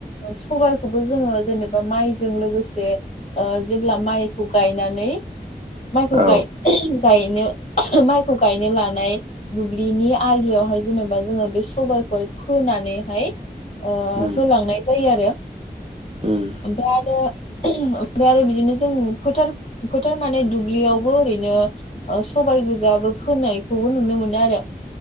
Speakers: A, on the left (about 40°); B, on the right (about 35°).
A: सबाइखौबो जोंङो जेनेबा माइजों लोगोसे ओ जेब्ला माइखौ गायनानै माइखौ
B: औ
A: गाय गायनो माइखौ गायनो लानाय दुब्लिनि आलियावहाय जेनेबा जोङो बे सबायाइखौहाय फोनानैहाय ओ
B: उम
A: होलांनाय जायो आरो
B: उम
A: <inaudible> ओफ्राय आरो ओमफ्राय आरो बिदिनो जों फोथार फोथार माने दुब्लियावबो ओरैनो सबाय गोजाबो फोनायखौबो नुनो मोनो आरो